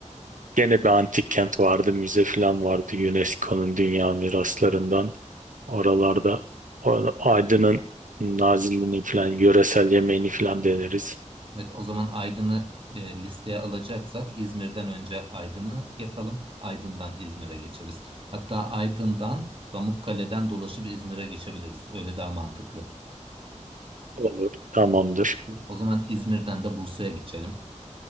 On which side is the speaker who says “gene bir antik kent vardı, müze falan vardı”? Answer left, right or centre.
Right